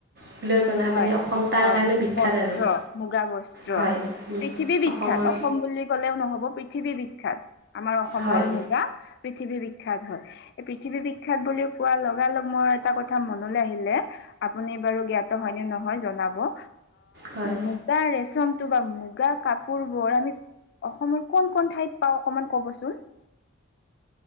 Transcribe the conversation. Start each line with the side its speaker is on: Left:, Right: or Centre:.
Right: বুলিও জনা
Left: হয়
Right: মানে অসম তাৰ
Left: অ
Right: কাৰণে বিখ্যাত
Left: বস্ত্ৰ
Right: আৰু
Left: মুগা বস্ত্ৰ
Right: হয়
Left: পৃথিৱী বিখ্যাত।
Right: অসমৰ
Left: অসম বুলি ক'লেও নহ'ব পৃথিৱী বিখ্যাত আমাৰ অসমৰ
Right: হয়
Left: মুগা প্ৰি। পৃথিৱী বিখ্যাত হয় এই পৃথিৱী বিখ্যাত বুলি কোৱা লগা লগ মোৰ এটা কথা মনলৈ আহিলে। আপুনি বাৰু জ্ঞাত। হয় নে নহয় জনাব অ
Right: হয়
Left: মুগা ৰেচমটো বা মুগা কাপ। পূৰ্বৰ আমি অসমৰ কোন কোন ঠাইত পাওঁ অকমান ক'বচোন। <inaudible>